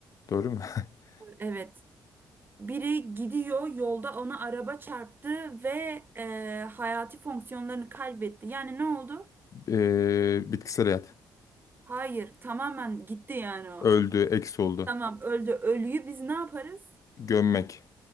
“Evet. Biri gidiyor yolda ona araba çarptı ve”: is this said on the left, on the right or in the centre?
Right